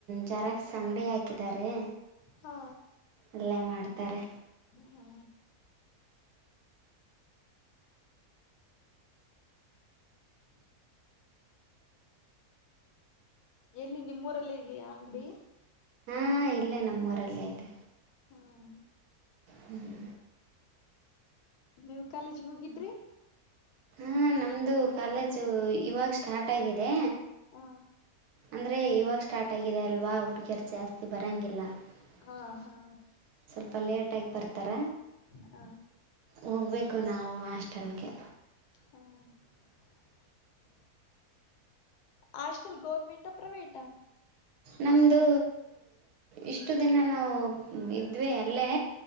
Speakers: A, on the right; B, on the left.
A: ಜರಾಕ್ಸ್ ಅಂಗಡಿ ಹಾಕಿದ್ದಾರೆ.
B: ಹಾ
A: ಅಲ್ಲೇ ಮಾಡ್ತಾರೆ
B: ಹಾ ಎಲ್ಲಿ ನಿಮ್ಮೂರಲ್ಲೇ ಇದೆಯ ಅಂಗಡಿ.
A: ಹಾ ಇಲ್ಲೇ ನಮ್ಮೂರಲ್ಲೇ ಇದೆ.
B: ಹ್ಮ
A: ಹ್ಮ್
B: ನೀವ್ ಕಾಲೇಜ್ ಹೋಗಿದ್ರಿ.
A: ಹಾ ನಮ್ದು ಕಾಲೇಜು ಇವಾಗ ಸ್ಟಾರ್ಟ್ ಆಗಿದೆ
B: ಹ
A: ಅಂದರೆ ಇವಾಗ ಸ್ಟಾರ್ಟ ಆಗಿದೆ ಅಲ್ವಾ ಹುಡುಗ್ಯರ್ ಜಾಸ್ತಿ ಬರೋಂಗಿಲ್ಲ
B: ಹಾ
A: <inaudible>
B: ಹಾ
A: ಸ್ವಲ್ಪ ಲೇಟಾಗಿ ಬರ್ತಾರ
B: ಹ
A: ಹೋಗ್ಬೇಕು ನಾವು ಹಾಸ್ಟೆಲ್ಗೆ
B: ಹ್ಮ <inaudible> ಹಾಸ್ಟೆಲ್ ಗೌರ್ಮೆಂಟ್ ಪ್ರೈವೇಟಾ
A: ನಮ್ಮದು ಇಷ್ಟು ದಿನ ನಾವು ಇದ್ವಿ ಅಲ್ಲೇ